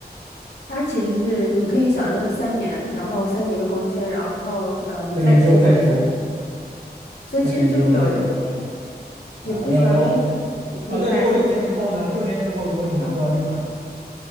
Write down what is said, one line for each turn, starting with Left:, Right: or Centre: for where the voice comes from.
Left: 它其实是你可以想象它三年，然后三年一个工签，然后呃你再激活一次，
Right: 三年之后再抽，
Left: 所以其实就是有六年，
Right: 三年之后再抽。
Left: 也不需要，
Right: 哦，要要
Left: 就是你可以再再激。
Right: 啊。那如果六年之后呢？六年之后如果你拿不到绿卡呢？